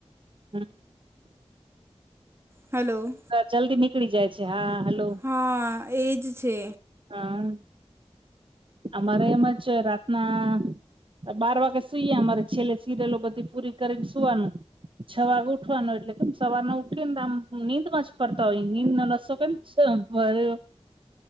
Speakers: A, on the right; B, on the right.
A: હમ્મ
B: હલો
A: જલ્દી નીકળી જાય છે હા હલો
B: હા એ જ છે
A: હા અમારે એમ જ રાતના બાર વાગે સુઈએ અમારે છેલ્લે સિરિલો બધી પૂરી કરીને સુવાનું છ વાગ ઉઠવાનો એટલે કે સવાર ના ઉઠી ને આમ નીંદ માં જ ફરતા હોય નીંદ નો રસો કેમ શ ભયો